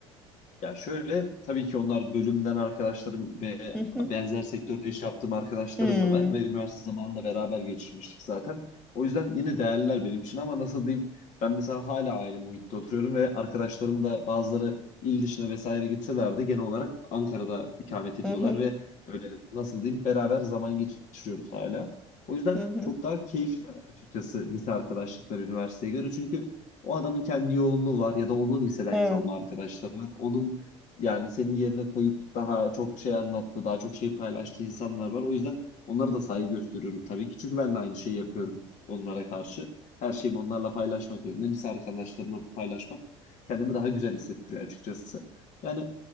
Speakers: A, on the left; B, in the centre.
A: ya şöyle tabii ki onlar bölümden arkadaşlarım ve
B: Hı hı.
A: benzer sektörde iş yaptığım arkadaşlarım
B: Hmm.
A: da var ve üniversite zamanında beraber geçirmiştik zaten. O yüzden yine değerliler benim için ama nasıl diyeyim ben mesela hala aynı muhitte oturuyorum ve arkadaşlarım da bazıları il dışına vesaire gitseler de genel olarak Ankara'da ikamet ediyorlar
B: Hı hı.
A: ve böyle nasıl diyeyim beraber zaman geçiriyoruz hala. O yüzden
B: Hı hı.
A: çok daha keyifli açıkçası lise arkadaşlıkları üniversiteye göre çünkü o adamın kendi yoğunluğu var ya da onun liseden
B: Evet.
A: kalma arkadaşları var. Onun yani senin yerine koyup daha çok şey anlattı, daha çok şey paylaştığı insanlar var. O yüzden onlara da saygı gösteriyorum tabii ki. Çünkü ben de aynı şeyi yapıyorum onlara karşı. Her şeyimi onlarla paylaşmak yerine lise arkadaşlarımla paylaşmak kendimi daha güzel hissettiriyor açıkçası. Yani